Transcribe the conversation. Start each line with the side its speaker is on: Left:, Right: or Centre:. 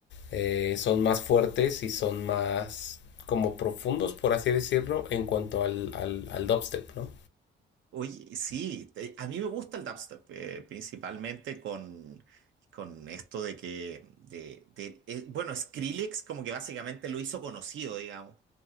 Left: eh, son más fuertes y son más como profundos por así decirlo en cuanto al, al, al dubstep no
Right: Oye, sí, te- a mí me gusta el dubstep, eh, principalmente con, con esto de que, de, de- eh, bueno, Skrillex como que básicamente lo hizo conocido, digamos.